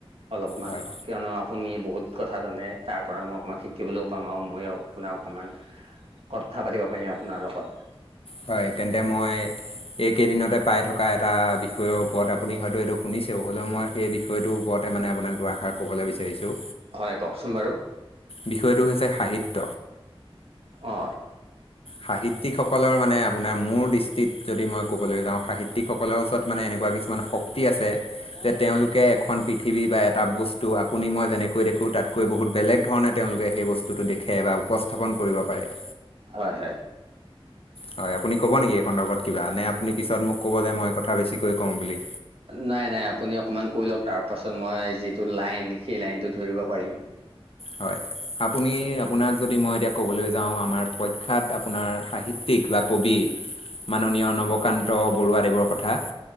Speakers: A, on the right; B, on the left.
A: অলপমান
B: হয়
A: কিয়নো আপুনি বহুত কথা জানে তাৰপৰা মই অকণমান শিকিবলৈও পাম আৰু মইয়ো আপোনাৰ অকণমান কথা পাতিব পাৰিম আপোনাৰ লগত।
B: হয় তেন্তে মই এইকেইদিনতে পাই থকা এ- টা বিষয়ৰ ওপৰত আপুনি হয়তো এইটো শুনিছেও হ'লেও মই সেই বিষয়টোৰ ওপৰতে মানে আপোনাক দু-আষাৰ ক'বলে বিচাৰিছোঁ।
A: হয় কওঁকচোন বাৰু
B: বিষয়টো হৈছে সাহিত্য।
A: অ
B: সাহিত্যিকসকলৰ মানে আপোনাৰ মোৰ দৃষ্টিত যদি মই ক'বলৈ যাওঁ সাহিত্যিকসকলৰ ওচৰত মানে এনেকুৱা কিছুমান শ- ক্তি আছে যে তেওঁলোকে এখন পৃথিৱী বা এটা বস্তু আপুনি মই যেনেকৈ দেখোঁ তাতকৈ বহুত বেলেগ ধৰণে তেওঁলোকে সেই বস্তুটো দেখে বা উপস্থাপন কৰিব পাৰে।
A: হয় হয়
B: হয় আপুনি ক'ব নেকি এই সন্দৰ্ভত কিবা নে আপুনি পিছত মোক ক'ব যে মই কথা বেছিকৈ কওঁ বুলি।
A: নাই নাই আপুনি অকণমান কৈ লওক তাৰ পাছত মই যিটো লাইন সেই লাইনটো ধৰিব পাৰিম।
B: হয়, আপুনি আপোনাক যদি মই এতিয়া ক'বলৈ যাওঁ আমাৰ- প্ৰখ্যাত আপোনাৰ সাহিত্যিক বা কবি- মাননীয় নৱকান্ত বৰুৱাদেৱৰ কথা।